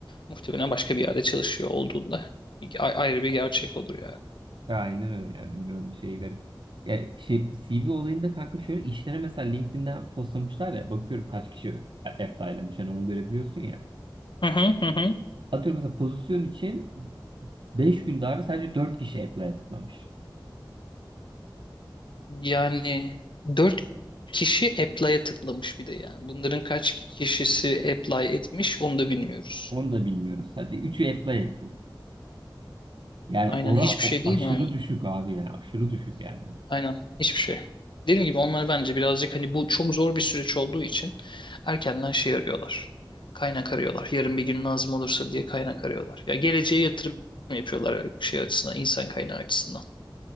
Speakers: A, on the left (about 70°); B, on the right (about 70°).
A: Muhtemelen başka bir yerde çalışıyor olduğunda bir- a- ayrı bir gerçek olur yani.
B: Aynen öyle yani bilmiyorum şey garip. Ya şey CV olayında kanka şöyle işlere mesela LinkedIn'den postlamışlar ya bakıyorum kaç kişi apply'lamış hani onu görebiliyorsun ya.
A: Hı hı hı. hı.
B: Atıyorum mesela pozisyon için 5 gün daha sadece 4 kişi apply tıklamış.
A: Yani dört kişi apply'a tıklamış bir de yani. Bunların kaç kişisi apply etmiş onu da bilmiyoruz.
B: Onu da bilmiyoruz. Hadi üçü apply ettin. Yani
A: Aynen
B: ora
A: hiçbir
B: o
A: şey değil
B: aşırı
A: mi abi?
B: düşük abi yani aşırı düşük yani.
A: Aynen hiçbir şey. Dediğim gibi onlar bence birazcık hani bu çok zor bir süreç olduğu için erkenden şey arıyorlar. Kaynak arıyorlar. Yarın bir gün lazım olursa diye kaynak arıyorlar. Ya geleceğe yatırım yapıyorlar şey açısından, insan kaynağı açısından.